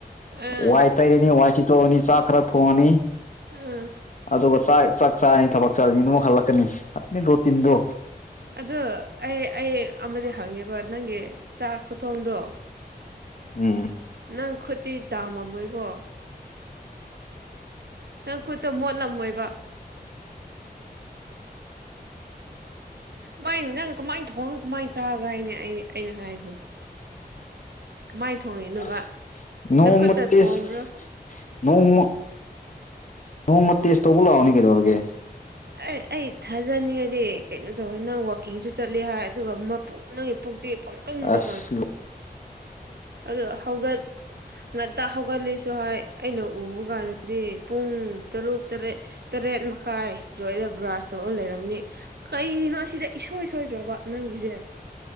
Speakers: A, on the right (about 85°); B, on the left (about 50°).
A: ꯑꯥ
B: ꯋꯥꯏ ꯇꯩꯔꯅꯤ ꯋꯥꯏꯁꯤ ꯣꯡꯑꯅꯤ ꯆꯥꯛ ꯈꯔ ꯊꯣꯡꯉꯅꯤ
A: ꯑꯥ
B: ꯑꯗꯨꯒ ꯆꯥꯛ ꯆꯥꯛ ꯆꯥꯔꯅꯤ ꯊꯕꯛ ꯆꯥꯔꯅꯤ ꯑꯗꯨꯃꯛ ꯍꯜꯂꯛꯀꯅꯤ ꯑꯗꯨ ꯔꯣꯇꯤꯟꯗꯣ
A: ꯑꯗꯨ ꯑꯩ ꯑꯩ ꯑꯃꯗꯤ ꯍꯪꯉꯤꯕ ꯅꯪꯒꯤ ꯆꯥꯛ ꯈꯨꯊꯣꯡꯗꯣ
B: ꯎꯝ
A: ꯅꯪ ꯈꯨꯠꯇꯤ ꯆꯥꯃꯝꯃꯣꯏꯀꯣ ꯅꯪ ꯈꯨꯠꯇ ꯃꯣꯠꯂꯝꯃꯣꯏꯕ ꯃꯥꯏ ꯅꯪ ꯀꯃꯥꯏꯅ ꯊꯣꯡꯅ ꯀꯃꯥꯏꯅ ꯆꯥꯕ꯭ꯔ ꯍꯥꯏꯅꯦ ꯑꯩ ꯑꯩꯅ ꯍꯥꯏꯁꯦ ꯀꯃꯥꯏꯅ ꯊꯣꯡꯉꯤꯅꯣꯕ
B: ꯑ ꯅꯣꯡꯃꯇꯁ
A: ꯅꯈꯨꯠꯇ ꯊꯣꯡꯕ꯭ꯔꯣ
B: ꯅꯣꯡꯃ ꯅꯣꯡꯃ ꯇꯦꯁ ꯇꯧꯕ ꯂꯥꯛꯑꯣꯅꯦ ꯀꯩꯗꯧꯔꯒꯦ
A: ꯑꯩ ꯑꯩ ꯊꯥꯖꯅꯤꯡꯉꯗꯤ ꯀꯩꯅꯣ ꯇꯧꯋꯦ ꯅꯪ ꯋꯥꯛꯀꯤꯡꯁꯨ ꯆꯠꯂꯦ ꯍꯥꯏ ꯑꯗꯨꯒ ꯃꯣꯛ ꯅꯪꯒꯤ ꯄꯀꯗꯤ
B: ꯑꯁ
A: ꯀꯦ ꯑ ꯍꯧꯠ ꯉꯇ ꯍꯧꯒꯠꯂꯤꯁꯨ ꯍꯥꯏ ꯑꯩꯅ ꯎꯕ ꯀꯥꯟꯗꯗꯤ ꯄꯨꯡ ꯄꯨꯡ ꯇꯔꯨꯛ ꯇꯔꯦꯠ ꯇꯔꯦꯠ ꯃꯈꯥꯏ ꯑꯗꯣ ꯑꯩꯗ ꯕ꯭ꯔꯥꯁ ꯇꯧꯔ ꯂꯩꯔꯝꯅꯤ ꯀꯩꯅꯣ ꯁꯤꯗ ꯏꯁꯣꯏ ꯁꯣꯏꯗ꯭ꯔꯣꯕ ꯅꯪꯒꯤꯁꯦ